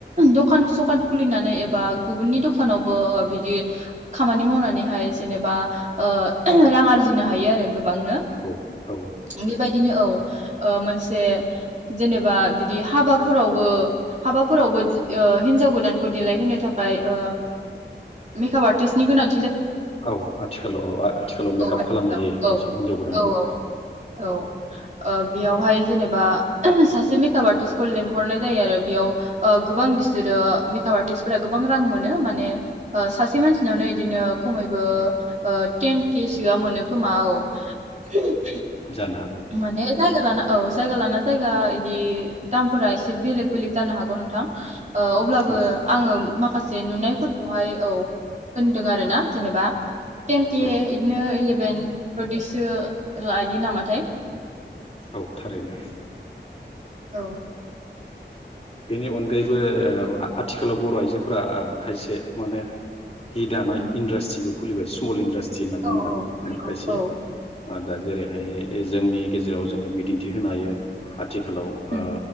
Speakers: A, on the right; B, on the left.
A: दखान सखान खुलिनानै एबा गुबुननि दखानावबो बिदि खामानि मावनानैहाय जेनेबा ओ रां आरजिनो हायो आरो। गोबांनो
B: औ औ
A: बे बायदिनो औ ओ मोनसे जेनेबा बि बिदि हाबाफोरावबो हाबाफोरावबो ओ हिनजाव गोदानखौ देलायहोनो थाखाय ओ मेकाप आर्टिस्नि गोनां।
B: औ आथिखालाव औ आथिखालाव मेकआप
A: औ आथिखालाव
B: खालामनाय जायो
A: औ
B: बांसिन हिनजाव गोदानखौ
A: औ औ ओ बेयावहाय जेनेबा सासे मेकआप आर्ट आर्टिस्टखौ लेंहरनाय जायो आरो बेयाव ओ गोबां बिसोरो मेकाप आर्टिस्टफोरा गोबां रां मोनो माने ओ सासे मानसिनावनो बिदिनो खमैबो ओ टेन केसोआ मोनो खोमा औ। <unintelligible>
B: जानो हागौ
A: माने जायगा लाना औ जायगा लाना जायगा इदि दामफोरा एसे बेलेग बेलेग जानो हागौ नोंथां ओ अब्लाबो
B: औ
A: आङो माखासे नुनायफोरखौहाय औ होनदों आरो ना जेनेबा टेन के
B: औ
A: बिदिनो इलेभेन बिदिसो लायो नामाथाय
B: औ थारैनो। <inaudible>
A: औ।
B: बेनि अनगायैबो आथिखालाव बर' आइजोफोरा ओ खायसे माने हि दानाय
A: उम
B: इन्डास्ट्रिबो खुलिबाय स्मल इन्द्रास्ट टि होनना
A: औ
B: बुंनांगोन माने
A: नंगौ
B: खायसे
A: औ
B: ओ दा जेरैहाय ओ जोंनि गेजेराव जोङो बिदिन्थि होनो हायो। आथिखालाव
A: उम
B: ओ